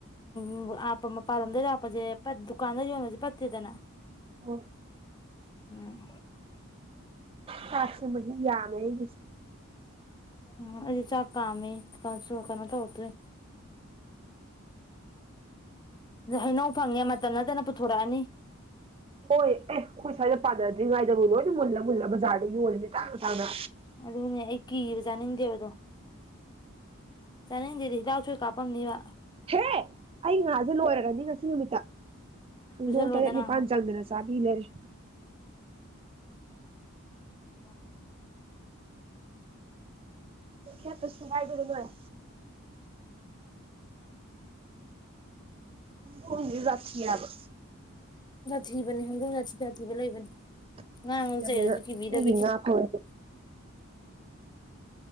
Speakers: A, on the left (about 20°); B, on the right (about 25°).
A: ꯎꯝꯄ ꯃꯄꯥꯟ ꯂꯝꯗꯒꯤꯩ ꯂꯥꯛꯞꯄꯁꯦ ꯗꯨꯀꯥꯟꯗ ꯌꯣꯟꯕꯁꯦ ꯐꯠꯇꯦꯗꯅ
B: ꯍꯣꯏ
A: ꯎꯝ
B: ꯆꯥꯛꯁꯦ ꯃꯍ ꯌꯥꯝꯃꯦꯒꯤꯁꯦ
A: ꯎꯝ ꯑꯩꯗꯤ ꯆꯥꯛ ꯀꯥꯝꯃꯦ ꯀꯩꯅꯣ ꯇꯧꯔꯛꯇ꯭ꯔꯔꯤ ꯑ ꯍꯩꯅꯧ ꯐꯪꯉꯦ ꯃꯇꯝ ꯅꯠꯇꯅ ꯄꯨꯊꯣꯔꯛꯑꯅꯤ
B: ꯍꯣꯏ ꯑꯦ ꯍꯣꯏꯁꯥꯏꯗ ꯄꯥꯟꯅꯗ꯭ꯔꯤꯉꯩꯗꯕꯨ ꯂꯣꯏ ꯃꯨꯜꯂ ꯃꯨꯜꯂ ꯕꯖꯥꯔ ꯌꯣꯜꯂꯤꯁꯦ ꯇꯥꯡꯅ ꯇꯥꯡꯅ
A: ꯑꯗꯨꯅꯦ ꯑꯩ ꯀꯤꯕ ꯆꯥꯅꯤꯡꯗꯦꯕꯗꯣ ꯆꯅꯤꯡꯗꯗꯤ ꯍꯤꯗꯥꯛꯁꯨꯣꯏ ꯀꯥꯄꯝꯅꯤꯕ
B: ꯍꯦ ꯑꯩ ꯉꯥꯁꯦ ꯂꯣꯏꯔꯔꯅꯤ ꯉꯁꯤ ꯅꯨꯃꯤꯠꯇ ꯍꯧꯗꯣꯡ
A: ꯄꯨꯁꯜꯂꯣꯗꯅ
B: ꯇꯔꯦꯠ ꯅꯤꯄꯥꯜ ꯆꯪꯗꯅ ꯆꯥꯕꯤ ꯂꯩꯔꯦ
A: ꯋꯥ
B: ꯌꯥ ꯇ ꯉꯥꯏꯗꯉꯦ <unintelligible> ꯍ ꯁꯥꯊꯤ ꯌꯥꯕ
A: ꯊꯤꯕꯅꯦ ꯍꯪꯗꯁꯤ ꯁꯥꯊꯤꯕ ꯂꯩꯕꯅꯤ
B: ꯅꯨꯡꯁꯤꯗꯕꯅ
A: ꯉꯥꯡꯉꯁꯨ ꯆꯩꯔꯁꯨ ꯀꯤꯕꯤꯗꯕꯤ
B: ꯃꯤꯒꯤ ꯉꯥ ꯐ ꯑꯣꯏ